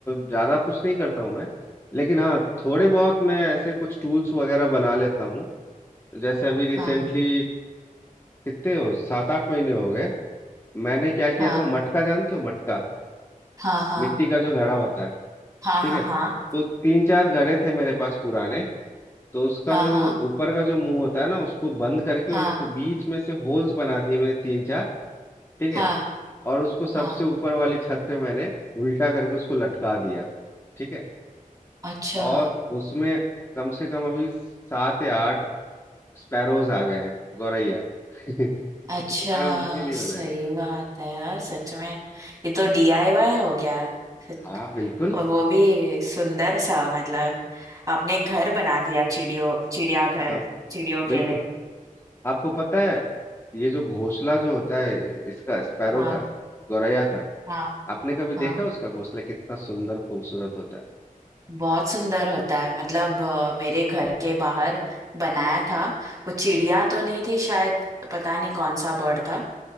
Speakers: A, on the left (about 20°); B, on the right (about 25°).
A: ज्यादा कुछ नहीं करता हूँ मैं लेकिन हाँ थोड़े बहुत मैं ऐसे कुछ टूल्स वगैरह बना लेता हूँ जैसे अभी रिसेंटली
B: हाँ
A: कितने हो सात आठ महीने हो गए मैंने क्या किया
B: हाँ
A: था मटका जानते हो मटका
B: हाँ हाँ
A: मिट्टी का जो घड़ा होता है
B: हाँ
A: ठीक
B: हाँ
A: है तो तीन चार घड़े थे मेरे पास पुराने तो उसका
B: हाँ
A: जो
B: हाँ हाँ
A: ऊपर का जो मुंह होता है ना उसको बंद करके
B: हाँ
A: और उसको बीच में से होल्स बना दिए मैंने तीन चार ठीक है
B: हाँ
A: और उसको सबसे
B: हाँ
A: ऊपर वाली छत पे मैंने उल्टा करके उसको लटका दिया ठीक है
B: अच्छा
A: और उसमें कम से कम अभी सात या आठ स्पैरोज आ गए हैं गौरैया <laughs> तो
B: अच्छा
A: मैंने उनके लिए
B: सही
A: बनाया था
B: बात है यार सच में ये तो डीआईवाई हो गया सच-
A: हाँ बिल्कुल
B: और वो भी सुंदर सा मतलब आपने एक घर बना दिया चिड़ियों चिड़ियाघर
A: हाँ
B: चिड़ियों
A: बिल्कुल
B: के लिए
A: आपको पता है ये जो घोंसला जो होता है इसका स्पैरो
B: हाँ
A: का गौरैया का
B: हाँ
A: आपने कभी देखा
B: हाँ
A: उसका घोंसला कितना सुंदर खूबसूरत होता है
B: बहुत सुंदर होता है मतलब अ, मेरे घर के बाहर बनाया था वो चिड़िया तो नहीं थी शायद पता नहीं कौन सा बर्ड था